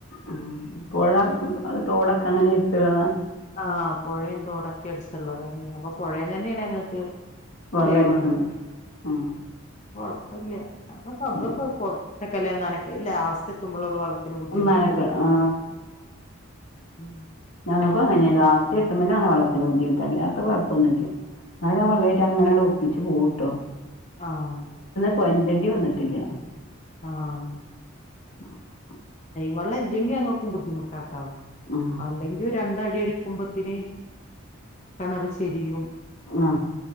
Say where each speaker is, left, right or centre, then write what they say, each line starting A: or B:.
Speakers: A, on the left; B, on the left.
A: ഉം പൊഴ തോടൊക്കെ അങ്ങനെ ഇട്ത്ത്ള്ളതാ
B: ആഹ് പുഴയും തോടൊക്കെ അടുത്തുള്ളതന അപ്പൊ പുഴയും തന്നെയാണ് ങ്ങൾക്ക്
A: വെള്ളടിക്കണത്
B: ലൈൻ വളളാ
A: ആഹ്
B: കൊഴപ്പില്ല നമ്മളപ്പോ
A: ഉം
B: പക്കല്ല നാനക്കെ ലാസ്റ്റ് എത്തുമ്പോള വള്ളത്തിന് ബുദ്ധിമുട്ട
A: ഉമ്മാനൊക്കെ
B: വര
A: ആ
B: ഉം
A: ഞങ്ങൾക്ക് അങ്ങനെൊ ഒരു അവസ്ഥയ എത്തുമ്പോ ആണ് വെള്ളത്തിന് ബുദ്ധിമട്ടല്ല അ കുഴപ്പൊന്നുമില്ല ന്നാലും ആ വെള്ളായിട്ട് അങ്ങനെ അട് ഒപ്പിച്ചു പോവുട്ടോ
B: ആഹ
A: പൊന്ന്തണ്ടി വന്നിട്ടില്ല
B: ആഹ
A: ആ
B: വ ഇെങ്കി അങ്ങപ്പും ബുദ്ധിമുട്ട കേട്ടോ
A: ആ
B: അല്ലെങ്കിൽ രണ്ട അടിടി ക്കുമ്പത്തിന് കിണർ ചെരിയും
A: ആ